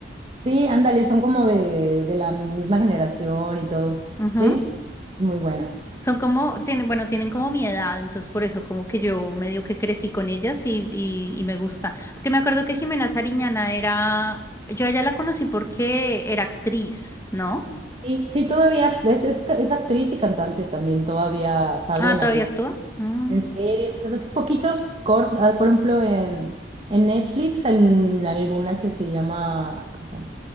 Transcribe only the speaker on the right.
Sí, ándale, son como de, de la misma generación y todo.
Sí, muy buena.
Sí, sí, todavía es, es, ca- es actriz y cantante también, todavía sale
en
algún,
en series, así poquitos cortos, por ejemplo, en, en Netflix, en alguna que se llama, ay, ¿cómo se llama?